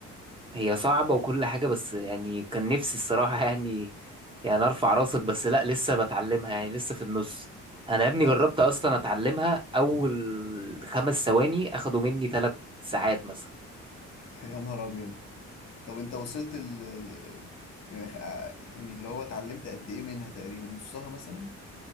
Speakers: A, on the right (about 15°); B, on the left (about 60°).
A: هي صعبة وكل حاجة بس يعني كان نفسي الصراحة <laughs> يعني يعني ارفع راسك بس لا لسه بتعلمها يعني لسه في النص انا يا ابني
B: اه
A: جربت
B: طب
A: اصلا اتعلمها اول خمس ثواني اخدوا مني ثلاث ساعات مثلا
B: <laughs> يا نهار ابيض طب انت وصلت ال ال- يعني آه، يعني اللي هو اتعلمت قد ايه منها تقريبا نصها مثلا